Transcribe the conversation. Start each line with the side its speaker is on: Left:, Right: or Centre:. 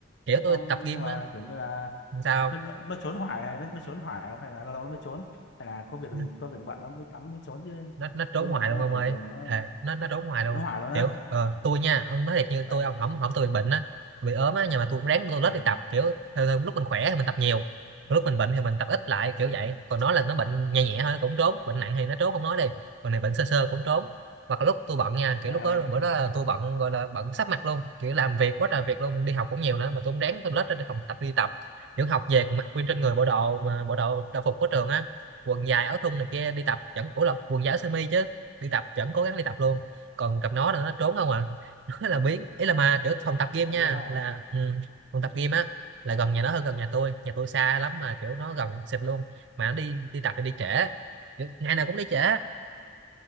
Right: kiểu
Left: thật
Right: tôi
Left: không
Right: tập gym
Left: nhưng mà
Right: á
Left: kiểu như là
Right: Làm sao
Left: nó, nó, nó trốn hoài nó, nó trốn hoài không hay là lâu lâu nó mới trốn hay là có việc
Right: Ừ.
Left: gì có việc bận nó mới lắm mới trốn chứ
Right: nó nó trốn
Left: nhưng
Right: hoài
Left: mà nó
Right: luôn ông
Left: bình
Right: ơi
Left: thường mà nó
Right: Thề, nó nó trốn hoài luôn
Left: trốn hoài luôn á
Right: kiểu ờ, tôi nha ông nói thiệt như
Left: vậy
Right: tôi ông không không tôi bị bệnh á bị ốm á nhưng mà tôi cũng ráng tôi lết
Left: ừ
Right: đi tập kiểu theo, theo, lúc mình khỏe thì mình tập nhiều còn lúc mình bệnh thì mình tập ít lại kiểu
Left: ừ
Right: vậy còn nó là nó bệnh nhẹ nhẹ thôi nó cũng trốn bệnh nặng thì nó trốn không nói đi còn này bệnh sơ sơ cũng trốn hoặc là lúc tôi bận nha kiểu
Left: trời
Right: lúc
Left: ơi
Right: đó bữa đó là tôi bận gọi là bận sắp mặt luôn kiểu làm việc quá trời việc luôn đi học cũng nhiều nữa mà tôi cũng ráng tôi lết ra phòng tập đi tập kiểu học về còn mặc nguyên trên người bộ đồ mà bộ đồ đồng phục của trường á quần dài áo thun này kia đi tập vẫn ủa là quần dài áo sơ mi chứ đi tập vẫn cố gắng đi tập luôn còn cặp nó là nó trốn không à <laughs> nó là biến ý là mà kiểu phòng tập gym
Left: thật
Right: nha
Left: luôn đó hả
Right: là ừ, phòng tập gym á là gần nhà nó hơn gần nhà tôi nhà tôi xa lắm mà kiểu nó gần xịt luôn mà nó đi đi tập thì đi trễ kiểu, ngày nào cũng đi trễ